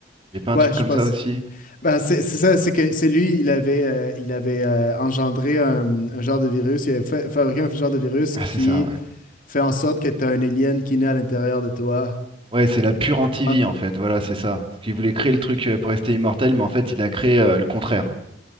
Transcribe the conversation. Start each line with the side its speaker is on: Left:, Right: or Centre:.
Right: Il a pas un
Left: Ouais,
Right: truc
Left: je
Right: comme
Left: pense.
Right: ça aussi?
Left: Ben, c'est c'est ça, c'est que c'est lui, il avait, euh, il avait euh, engendré un, un genre de virus, il avait fa- fabriqué un genre de virus
Right: Ah,
Left: qui
Right: c'est ça, ouais.
Left: fait en sorte que tu as un alien qui naît à l'intérieur de toi.
Right: Ouais, c'est la pure anti-vie,
Left: Il prend-
Right: en fait. Voilà, c'est ça. Parce qu'il voulait créer le truc euh, pour rester immortel, mais en fait, il a créé euh, le contraire.